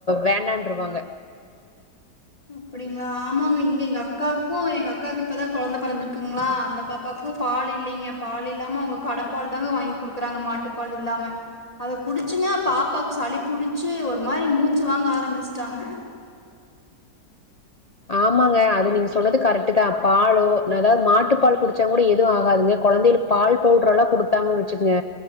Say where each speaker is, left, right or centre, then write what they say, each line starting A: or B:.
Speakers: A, on the left; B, on the left.
A: வேண்டான்ட்ருவாங்க
B: அப்டிங்ளா ஆமாங்க இங்க எங்க அக்காக்கு எங்க அக்காக்கு இப்பதா கொழந்த பிறந்தருக்குங்ளா அந்த பாப்பாக்கு பால் இல்லைங்க பால் இல்லாம அவுங்க கடப்பால் தாங்க வாங்கி குடுக்குறாங்க மாட்டு பால் இல்லாம அத குடிச்சிங்க பாப்பாக் சளி புடிச்சி ஒரு மாரி மூச்சு வாங்க ஆரம்பிச்ட்டாங்க
A: ஆமாங்க அது நீங்க சொன்னது கரெக்ட்டு தா பாலோ அதாவது மாட்டு பால் குடிச்சாங் கூட எது ஆகாதுங்க கொழந்தைகளுக் பால் பவுடர் எல்லா குடுத்தாங்கன் வச்சுக்ங்க